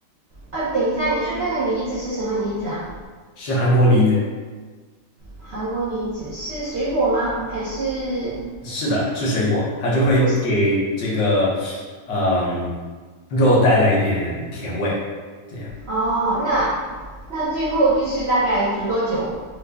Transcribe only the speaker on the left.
是韩国梨子，
是的，是水果，它就会给这个
嗯、肉带来一点甜味。这样。